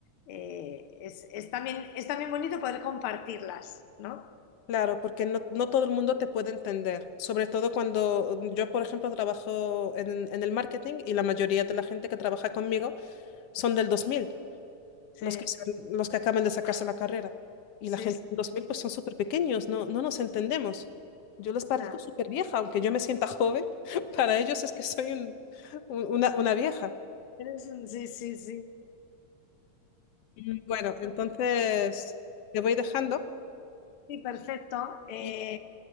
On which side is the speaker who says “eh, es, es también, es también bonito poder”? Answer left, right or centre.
Left